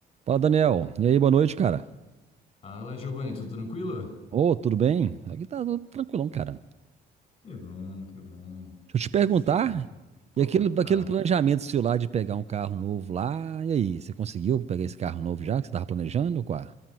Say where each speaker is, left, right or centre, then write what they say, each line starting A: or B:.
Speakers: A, on the right; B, on the left.
A: Fala, Daniel. E aí, boa noite, cara.
B: Fala, Giovanni, tudo tranquilo?
A: Ô, tudo bem? Aqui tá tudo tranquilão, cara.
B: Que bom, que bom.
A: Deixa eu te perguntar,
B: Cegada. Pode
A: e aquele,
B: perguntar.
A: daquele planejamento seu lá de pegar um carro novo lá, e aí, você conseguiu pegar esse carro novo já que você tava planejando, ou qual?